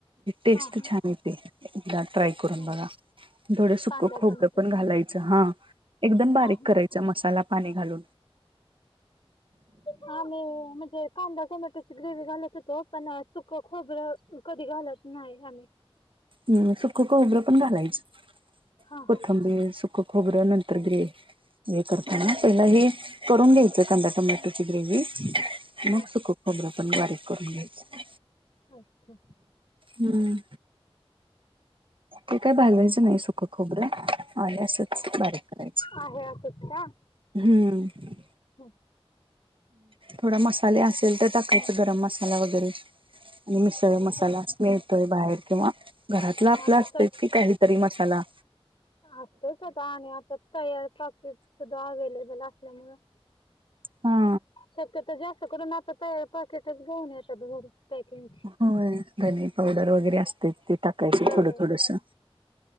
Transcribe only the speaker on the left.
हा हा
हो
कांदा
टोमॅटोची
हा
हा
हां मी म्हंणजे कांदा टोमॅटोची ग्रेवी घालतं होतो पणं सुखं खोबरं कधीं घालतं नाहीं आम्हीं
हा
हा
हा
हा
अच्छा
आहे असतं कां
हुं
बरं
आता
असतेचं आतां आणि आतां तयार पॉकेट सुद्धां अवेलेबल असल्यामुळें
शक्यंतो जास्तं करूंन आतां तयार पाकेटचं घेऊन येतातं घरं पॅकिंग
होय.